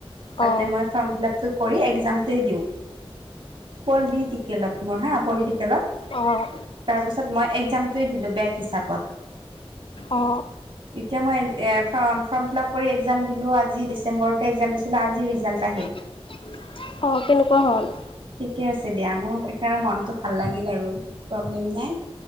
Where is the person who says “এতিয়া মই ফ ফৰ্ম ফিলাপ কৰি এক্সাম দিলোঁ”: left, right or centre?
Right